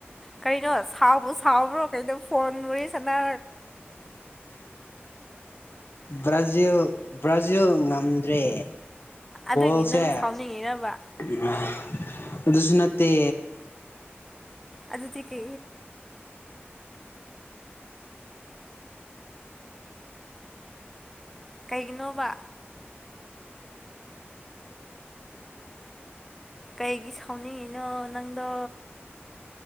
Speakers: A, in the centre; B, on the left.
A: ꯀꯩꯅꯣ ꯁꯥꯎꯕ ꯁꯥꯎꯕ꯭ꯔꯣ ꯀꯩꯗꯣ ꯐꯣꯟ ꯃꯔꯤ ꯆꯅ
B: ꯕ꯭ꯔꯥꯖꯤꯜ ꯕ꯭ꯔꯥꯖꯤꯜ ꯉꯝꯗ꯭ꯔꯦ
A: ꯑꯗꯨꯒꯤ
B: ꯣꯁꯦ
A: ꯅꯪ ꯁꯥꯎꯅꯤꯡꯉꯤꯔꯕ
B: <unintelligible> <inaudible> ꯑꯗꯨꯁꯨ ꯅꯠꯇꯦ
A: ꯑꯗꯨꯗꯤꯤ ꯀꯦ ꯀꯩꯒꯤꯅꯣꯕ ꯀꯥꯏꯒꯤ ꯁꯥꯎꯅꯤꯡꯅꯣ ꯅꯪꯗꯣ